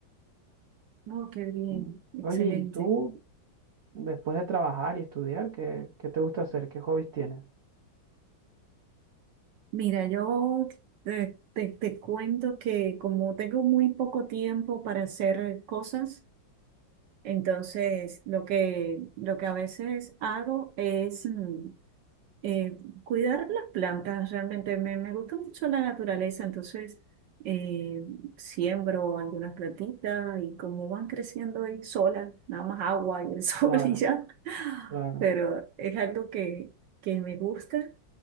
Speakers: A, on the right; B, on the right.
A: No, qué bien,
B: Mm.
A: excelente.
B: Oye, ¿y tú, después de trabajar y estudiar, qué, qué te gusta hacer? ¿Qué hobbies tienes?
A: Mira, yo te, te- te cuento que como tengo muy poco tiempo para hacer cosas, entonces lo que, lo que a veces hago es mm, eh, cuidar las plantas, realmente me, me gusta mucho la naturaleza, entonces eh, siembro algunas plantitas y como van creciendo ahí solas, nada más agua y el <laughs> sol
B: Claro,
A: y ya,
B: claro,
A: pero es algo que, que me gusta,